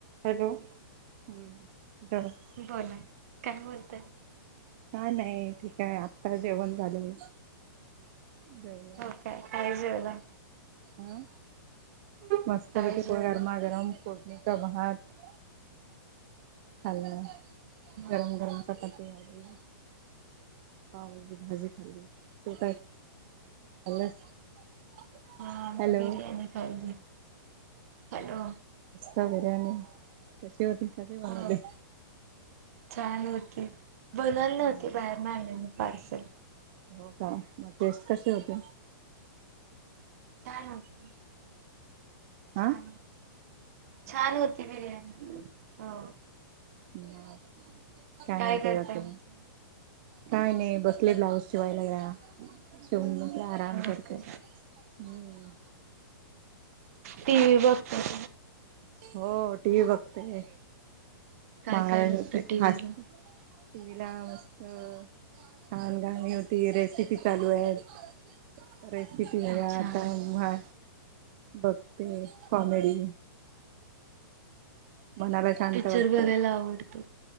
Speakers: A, on the right; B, on the right.
A: Hello हम्म. काय
B: बोला. काय बोलताय?
A: काय नाय ठीक हाय, आत्ता जेवण झालं. जेवले
B: हो काय काय जेवला
A: हम्म मस्त
B: काय
A: पैकी
B: जेवला
A: पो गरमागरम <unintelligible> नीचा भात खाल्ला
B: हो
A: गरम
B: काय
A: गरम चपाती आणि पावी भाजी भाजी खाल्ली तो काय <unintelligible>
B: हा म
A: हॅलो
B: बिरयानी खाली हॅलो.
A: <unintelligible> आणि कशी होती कशी बनवली?
B: हो छान होती. बनवली नव्हती
A: हो का
B: बाहेर न आणलेली पार्सल.
A: हो का, मग टेस्ट कशे होते?
B: छान होती. छान,
A: हा
B: छान होती बिर्याणी हो.
A: मग काय म्हणते
B: करताय
A: बाकी
B: मग
A: म? काय नाही, बसले ब्लाऊज शिवायलया शिवून म्हंटल आराम
B: नमस्कार
A: करते. हम्म.
B: टीवी बगतय
A: हो टीवी बघते.
B: काय
A: महाराष्ट्राची
B: काय बघता टीव्हीला
A: हास्य टीवी ला मस्त छान गाणी होती, रेसिपी चालू आहेत.
B: <unintelligible>
A: अरे किती <unintelligible>
B: अच्छा
A: आता म्हा बघते कॉमेडी मनाला शांत
B: पिक्चर
A: वाट
B: बघायला आवडतो